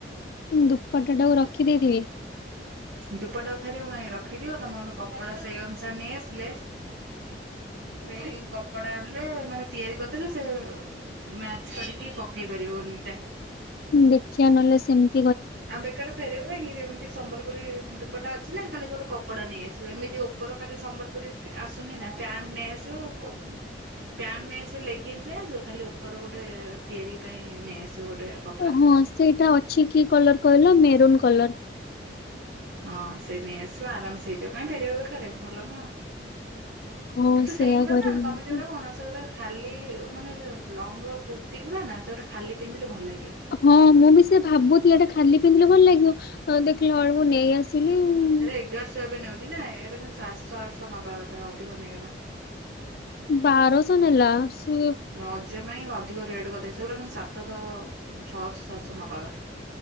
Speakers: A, on the left (about 55°); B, on the right (about 85°).
A: ଁ ଦୁପଟା ଟାକୁ ରଖି ଦେଇଥିବି।
B: ଦୁପଟା ଆଉ ଫେରିବ କାଇଁ ରଖିଦିଅ, ତମେ ଗୋଟେ କପଡା ସେଇ ଅନୁସାରେ ନେଇ ଆସିଲେ ସେଇ କପଡା ଆଣିଲେ, ମାନେ ତିଆରି କରିଦେଲେ ସେ ମ୍ୟାଚ କରିକି ପକେଇ ପାରିବ ଓନିଟା।
A: ଦେଖିବା ନହଲେ ସେମିତି
B: ଆଉ ବେକାର ଫେରେଇବ କାଇଁକି, ଯେମିତି ସମ୍ବଲପୁରୀ ଦୂପଟା ଅଛି ନା ଖାଲି ଗୋଟେ କପଡା ନେଇଆସିବେ। ଏମିତି ଉ ପର ଖାଲି ସମ୍ବଲପୁରୀ ଆସୁନି ନା ପ୍ୟାଣ୍ଟ ନେଇ ଆସିବ। ପ୍ୟାଣ୍ଟ ନେଇଆସିବ, ଲେଙ୍ଗିସ୍ ନେଇ ଆସିବ, ଖାଲି ଉପର ଗୋଟେ ତିଆରି ପାଇଁ ନେଇଆସିବ ଗୋଟେ କପଡା।
A: ହଁ ସେଇଟା ଅଛି କି କଲର କହିଲ ମେରୁନ୍ କଲର୍।
B: ହଁ ସେଇ ନେଇ ଆସିବ ଆରାମସେ ହେଇଯିବ। କାଇଁ ଫେରଇବ ବେକାରେ ଭଲ ନା।
A: ହଁ
B: କିନ୍ତୁ
A: ସେଇୟା
B: ସେଇଗୁରା
A: କରିବି
B: ନା, ତମେ
A: ନହେଲେ
B: ଯେଉଗୁରା କହୁନା ସେଗୁ ଖାଲି ମାନେ ଲଙ୍ଗ ର କୁର୍ତ୍ତିୀ ଗୁଡା ନା, ସେଗୋଟା ଖାଲି ପିନ୍ଧିଲେ ଭଲ ଲାଗିବ।
A: ହଁ ମୁଁ ବି ସେ ଭାବୁଛଥିଲି, ଏଇଟା ଖାଲି ପିନ୍ଧିଲେ ଭଲ ଲାଗିବ। ଦେଖିଲା ବେଳକୁ ନେଇ ଆସ <unintelligible>
B: ହେଲେ ଏଗାରଶହ ଏବେ ନେଉଛି ନା, ଏଗୁରା କିନ୍ତୁ ସାତଶହ, ଆଠଶହ ନବା କଥା ଅଧିକ ନେଇଗଲା।
A: ବାରଶହ ନେଲା। ସେ
B: ରଜ ପାଇଁ ଅଧିକ ରେଟ୍ କରିଦେଇଛି, ସେଗୁଡା କିନ୍ତୁ ସାତଶହ ଛଅଶହ ସାତଶହ ନବା କଥା।